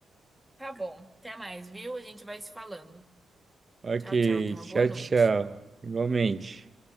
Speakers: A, in the centre; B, on the right.
A: Tá bom. Até mais, viu? A gente vai se falando.
B: Ok,
A: Tchau, tchau. Tenha uma
B: tchau,
A: boa noite.
B: tchau. Igualmente.